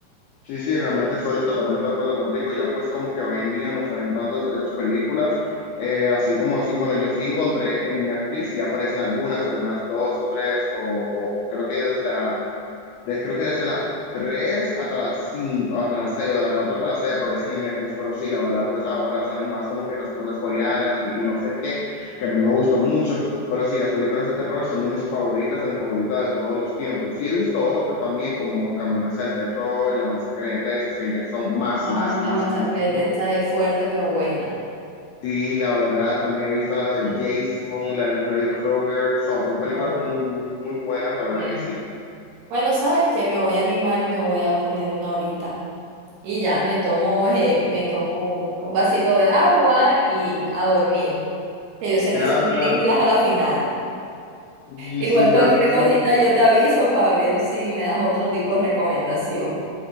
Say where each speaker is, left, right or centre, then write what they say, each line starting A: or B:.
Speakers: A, on the left (about 80°); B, on the right (about 70°).
A: Sí, sí, realmente estoy totalmente de acuerdo contigo. Ya pues como que hoy en día no salen tantas esas películas, eh, así como así, bueno, yo sí encontré en Netflix, ya aparecen algunas, algunas dos o tres, o, o creo que desde de- creo que desde las 3 hasta las 5 hasta las 6 o de las 4 hasta las 6 aparecen en Netflix, pero sí, la verdad, pues ahora salen más como que las cosas coreanas y, y no sé qué, que a mí no me gustan mucho, pero sí, las películas de terror son de mis favoritas, de mis favoritas de todos los tiempos. Sí, he visto otras también como Camino hacia el Terror, La Masacre de Texas, que ya son más,
B: No,
A: más,
B: la
A: más,
B: masacre
A: más. ¿no?
B: de Texas es fuerte, pero buena.
A: Sí, la verdad, también he visto las de
B: Sí.
A: Jason, la de Freddy Krueger, son, son
B: Oh,
A: películas muy, muy, muy buenas, la verdad
B: bueno,
A: que sí.
B: bueno, sabes que me voy a animar y me voy a poner una horita. Y ya, me tomo, eh, me tomo un, un vasito de agua y a dormir. Que yo sé
A: Claro,
B: que son películas
A: claro.
B: a la final.
A: Y
B: Igual
A: sí, ya
B: cualquier
A: pues
B: cosita
A: más.
B: yo te aviso para ver si me das otro tipo de recomendación.